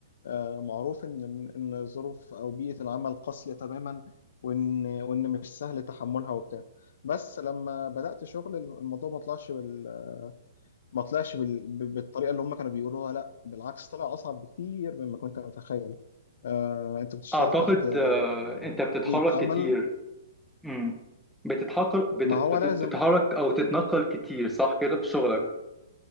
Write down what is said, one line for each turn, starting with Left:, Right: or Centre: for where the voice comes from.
Left: آه، معروف ان ان ظروف او بيئه العمل قاسيه تماما وان وان مش سهل تحملها وبتاع بس لما بدات شغل الموضوع ما طلعش بال... ما طلعش بال... ب- بالطريقه اللي هم كانوا بيقولوها لا بالعكس طلع اصعب بكتير مما كنت اتخيل آه، انت بتشتغل
Centre: اعتقد
Left: تحت آه،
Centre: آه، انت بتتحرك
Left: بيئه عمل
Centre: كتير امم بتتحرك بتت...
Left: ما هو
Centre: بتت-
Left: لازم
Centre: بتتحرك او تتنقل كتير صح كده في شغلك